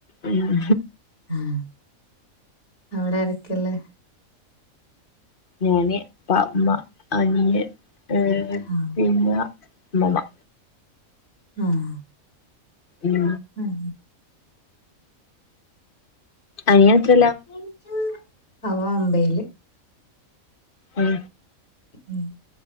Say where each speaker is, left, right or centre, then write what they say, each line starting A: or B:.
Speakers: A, on the left; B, on the left.
A: ഉം
B: ആഹ് അവിടെ ആരക്കെള്ളെ
A: ഞാന് ഇപ്പ ഇമ്മ അനിയൻഏ
B: ആ
A: പിന്നെ ഇമ്മമ്മ
B: ആഹ്
A: ഉം
B: ഉം
A: അനിയൻ എത്രേലാ
B: മം അവൻ ഒമ്പയില്
A: ഉം
B: ഉം